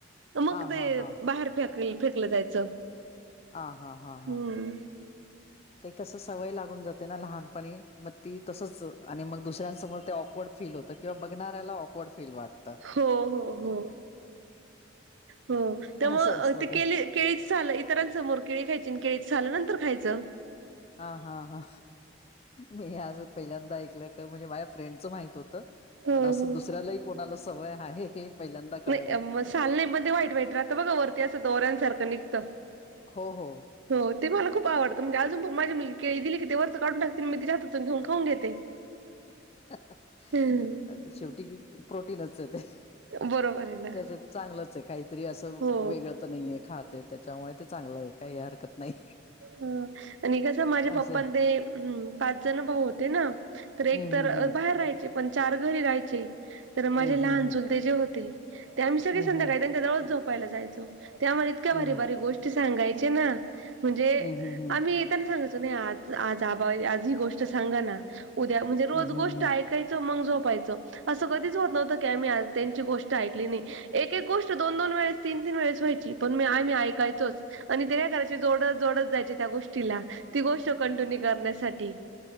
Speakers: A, on the right; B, on the left.
A: मग
B: हा
A: ते
B: हा हा
A: बाहेर फेकली, फेकलं जायचं.
B: आ, हा, हा,
A: हम्म
B: हा. ते कस सवय लागून जाते ना लहानपणी, मग ती तसच आणि मग दुसऱ्यांसमोर ते ऑकवर्ड फील होत, किंवा बघणाऱ्याला ऑकवर्ड फील वाट
A: हो, हो, हो, हो त्यामूळ
B: असं
A: अ,
B: असतं
A: ते केले केळीच सालं, इतरांसमोर केळी खायची आणि केळीच सालं नंतर खायचं.
B: हा, हा, हा मी आज पहिल्यांदा ऐकलं क म्हणजे माझ्या फ्रेंडचं माहित हो त,
A: हो
B: पण अस
A: हो
B: दुसऱ्यालाही कोणाला सवय आहे, हे पहिल्यांदा कळलं.
A: नाही मग साल नाही पण व्हाईट व्हाईट राहतं ते बघा वरती असं दोऱ्यांनसारखं निघतं.
B: हो हो.
A: हो ते मला खूप आवडत, म्हणजे अजून पण माझी मुलगी केळी दिली की, ते वरच काढून टाकते आणि मी तिच्या हातातून घेऊन खाऊन घेते.
B: आता
A: हम्म
B: शेवटी प्रोटीनच आहे ते.
A: बरोबर आहे ना
B: त्याच्यात चांगलच आहे. काहीतरी असं
A: हो.
B: वेगळं तर नाहीये खात आहेत. त्याच्यामुळे ते चांगलं आहे. काहि हरकत नाही.
A: हं आणि कस माझ्या पप्पा
B: असं
A: ते हं पाच जण भाऊ होते ना. तर एक
B: हम्म
A: तर
B: हम्म
A: बाहेर राहायचे, पण चार घरी राहायचे. तर
B: हम्म.
A: माझे लहान चुलते जे होते त्या आम्ही सगळे
B: हम्म
A: संध्याकाळी
B: हम्म
A: त्यांच्या जवळच झोपायला जायचो. ते आम्हाला इतक्या
B: हम्म
A: भारी भारी गोष्ट गोष्टी सांगायच्या ना. म्हणजे
B: हम्म हम्म हम्म हम्म हम्म
A: आम्ही त्यांना सांगायचो नाही आज- आज आबा आज ही गोष्ट सांगा ना. उद्या म्हणजे रोज
B: हम्म
A: गोष्ट
B: हम्म हम्म
A: ऐकाय चं मंग झोपायचं, असं कधीच होत नव्हत कि आम्ही आज त्यांची गोष्ट ऐकली नाही. एक- एक गोष्ट दोन -दोन वेळेस तीन -तीन वेळेस व्हायची, पण मी आम्ही ऐकायचोच आणि ते कराय चे जोड- जोडत जायचे त्या गोष्टीला ती गोष्ट कंटिन्यू करण्यासाठी.